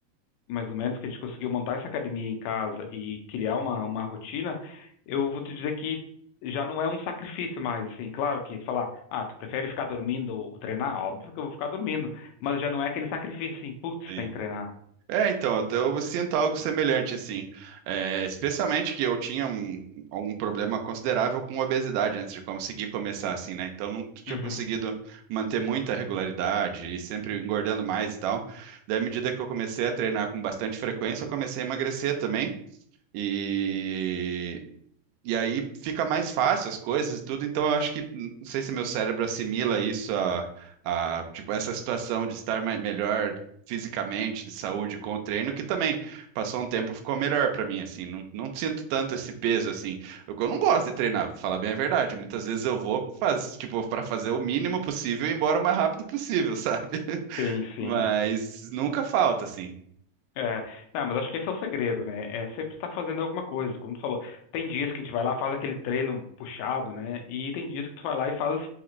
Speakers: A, on the left (about 85°); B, on the right (about 80°).
A: mais ou menos, que a gente conseguiu montar essa academia em casa e criar uma, uma rotina, eu vou te dizer que já não é um sacrifício mais, assim. Claro que falar, ah, tu prefere ficar dormindo ou treinar? Óbvio que eu vou ficar dormindo, mas já não é aquele sacrifício assim, putz,
B: sim.
A: tem que treinar.
B: É, então, eu, te- eu sinto algo semelhante, assim. É, especialmente que eu tinha um, um problema considerável com obesidade antes de conseguir começar, assim, né? Então, não tinha
A: Uhum.
B: conseguido manter muita regularidade e sempre engordando mais e tal. Daí, à medida que eu comecei a treinar com bastante frequência, eu comecei a emagrecer também. E E aí fica mais fácil as coisas e tudo. Então eu acho que não sei se meu cérebro assimila isso a, a tipo essa situação de estar mai- melhor fisicamente, de saúde com o treino, que também passou um tempo ficou melhor para mim assim. Não, não sinto tanto esse peso assim. Eu, eu não gosto de treinar, vou falar bem a verdade. Muitas vezes eu vou faz, tipo para fazer o mínimo possível e ir embora o mais rápido possível, sabe? <laughs>
A: Sim, sim.
B: Mas nunca falta assim.
A: É, não, mas acho que esse é o segredo, né? É sempre estar fazendo alguma coisa. Como tu falou, tem dias que a gente vai lá, faz aquele treino puxado, né? E tem dias que tu vai lá e faz